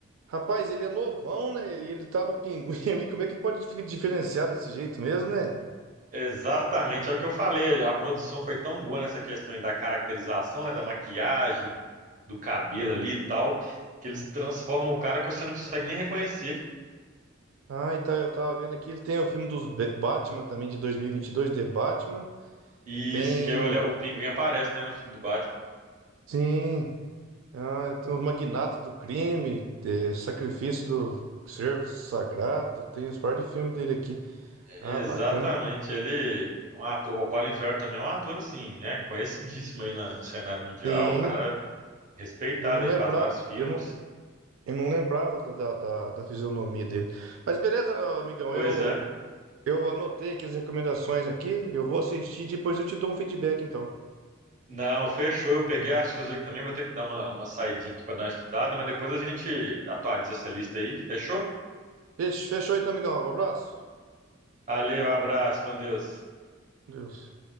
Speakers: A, on the right; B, on the right.
A: Rapaz, ele é novão, né? E ele tá no pinguim <laughs> ali. Como é que pode ficar diferenciado desse jeito mesmo, né?
B: Exatamente, é o que eu falei. A produção foi tão boa nessa questão aí da caracterização, né, da maquiagem, do cabelo ali e tal, que eles transformam o cara que você não consegue nem reconhecer.
A: Ah, e tá, eu tava vendo aqui, ele tem o filme dos Be- Batman também, de dois mil e e vinte e dois The Batman.
B: E
A: Tem,
B: isso que é, olha, o Pinguim aparece, né, no filme do Batman.
A: sim, ah, tem os Magnatos do Crime, eh, Sacrifício do Servo Sagrado, tem uns par de filmes dele aqui.
B: Exatamente,
A: Ah, bacana.
B: ele é um ator, o Colin Firth também é um ator assim, né, conhecidíssimo aí na- no cenário mundial,
A: Sim,
B: o cara respeitado
A: e eu não
B: aí,
A: lembrava,
B: faz vários filmes.
A: eu não, eu não lembrava da, da, da da fisionomia dele. Mas beleza, amigão,
B: Pois
A: eu,
B: é.
A: eu anotei aqui as recomendações aqui, eu vou assistir, e depois eu te dou um feedback, então.
B: Não, fechou. Eu peguei as suas aqui também, vou ter que dar uma, uma saidinha aqui para dar uma estudada, mas depois a gente atualiza essa lista aí, fechou?
A: Fech- Fechou então, amigão, um abraço.
B: Valeu, abraço, com Deus.
A: Deus.